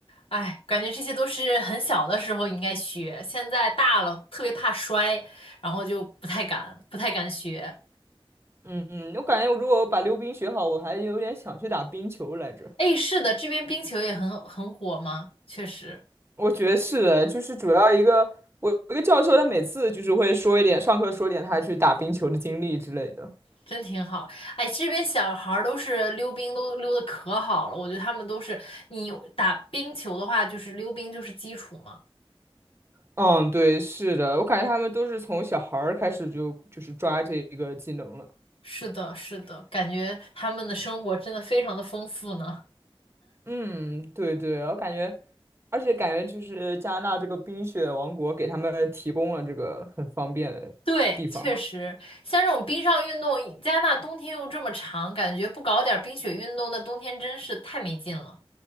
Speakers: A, on the left (about 75°); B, on the right (about 25°).
A: 哎，感觉这些都是很小的时候应该学，现在大了特别怕摔，然后就不太敢，不太敢学。
B: 嗯嗯，我感觉我如果我把溜冰学好，我还有点想去打冰球来着。
A: 哎，是的，这边冰球也很很火吗？确实，
B: 我觉得是的，就是主要一个我有一个教授，他每次就是会说一点，上课说点他去打冰球的经历之类的。
A: 真挺好。哎，这边小孩儿都是溜冰都溜的可好了，我觉得他们都是，你打冰球的话，就是溜冰就是基础嘛。
B: 嗯，对，是的，我感觉他们都是从小孩儿开始就就是抓这个技能了。
A: 是的，是的，感觉他们的生活真的非常的丰富呢。
B: 嗯，对对，我感觉，而且感觉就是加拿大这个冰雪王国给他们提供了这个很方便的地方。
A: 对，确实，像这种冰上运动，加拿大冬天又这么长，感觉不搞点儿冰雪运动，那冬天真是太没劲了。